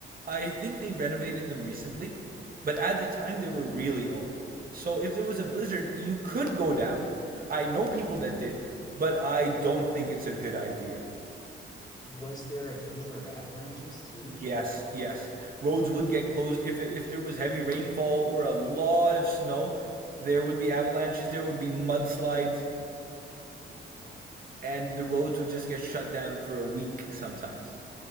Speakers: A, on the right (about 45°); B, on the left (about 20°).
A: I think they renovated them recently, but at the time they were really old. So if there was a blizzard, you could go down. I know people that did, but I don't think it's a good idea.
B: Was there a danger of avalanches too?
A: Yes, yes. Roads would get closed if it, if there was heavy rainfall or a lot of snow. There would be avalanches, there would be mudslides,
B: Oh,
A: and
B: yeah.
A: the roads would just get shut down for a week sometimes.